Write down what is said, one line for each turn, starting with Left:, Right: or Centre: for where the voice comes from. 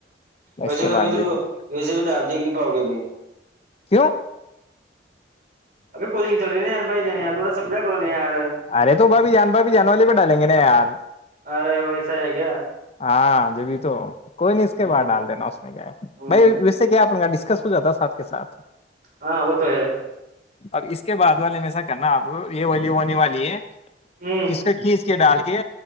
Right: ویسے
Left: اس کے
Right: بھی ابھی
Left: بعد د
Right: تو
Left: ل
Right: ویسے بھی تو آپ دیکھ نہیں پاؤ گے ابھی
Left: کیوں
Right: ابھی کوالنگ چل رہ نایار بائی جان یار تھوڑا سمجا کرو ن یار
Left: ارے تو بھابھی جان بھابھی جان والے پہ ڈالیں گے نا یار
Right: آار ویس ہے گ
Left: ہاں جب بھی تو کوئی نہیں اس
Right: ہوں
Left: کے باہر ڈال دینا اس میں کیا ہے
Right: ہوں
Left: بھائی ویسے کیا
Right: ہ
Left: اپ ڈسکس ہو جاتا سات کے سھ
Right: ہاں وہ تو ہے
Left: اب اس کے بعد والے میں ایسا کرنا آپ یہ ولی ہونے والی ہے
Right: ہ
Left: کس کا کی ڈال کے